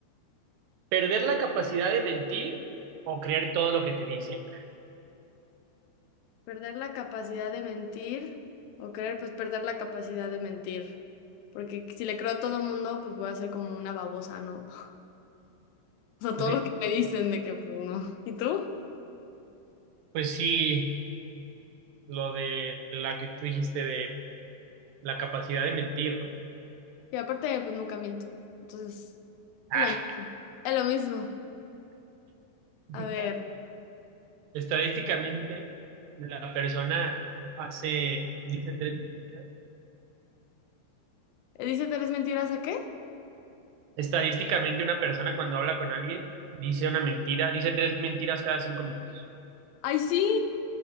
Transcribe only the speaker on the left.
¿Perder la capacidad de mentir o creer? Pues perder la capacidad de mentir. Porque si le creo a todo mundo, pues voy a ser como una babosa, ¿no? <laughs> O sea,
todo
lo que me dicen de que, pues no. ¿Y tú?
Y aparte, pues nunca miento. Entonces,
es lo mismo. Es lo mismo.
A ver,
eh, ¿dice tres mentiras a qué?
¡Ay, sí!